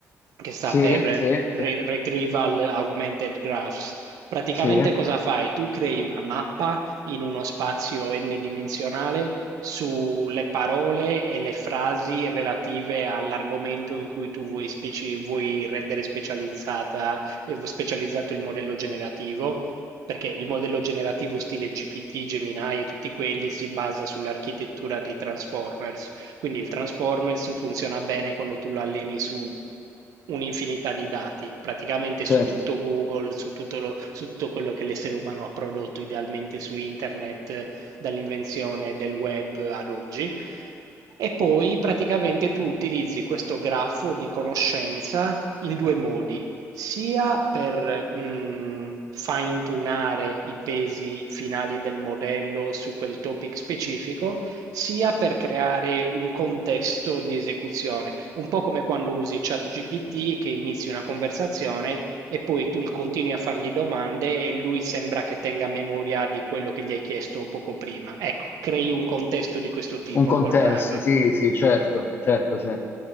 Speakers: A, on the right; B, on the left.
A: che sta
B: sì,
A: per
B: sì,
A: Re-
B: sì,
A: Retrieval Augmented Graphs. Praticamente
B: sì,
A: cosa fai? Tu crei una mappa in uno spazio n-dimensionale sulle parole e le frasi relative all'argomento in cui tu vuoi, speci- vuoi rendere specializzata, eh, specializzato il modello generativo, perché il modello generativo stile GPT, Gemini e tutti quelli si basa sull'architettura dei Transformers. Quindi il Transformers funziona bene quando tu lo alleni su un'infinità di dati, praticamente
B: certo.
A: su tutto Google, su tutto, lo- su tutto quello che l'essere umano ha prodotto idealmente su internet, eh, dall'invenzione del web ad oggi. E poi praticamente tu utilizzi questo grafo di conoscenza in due modi, sia per mh, fine-tunare i pesi finali del modello su quel topic specifico, sia per creare un contesto di esecuzione, un po' come quando usi ChatGPT che inizi una conversazione e poi tu continui a fargli domande e lui sembra che tenga memoria di quello che gli hai chiesto poco prima. Ecco, crei un contesto di questo tipo
B: Un contesto,
A: col RAG.
B: sì, sì, certo, certo, certo,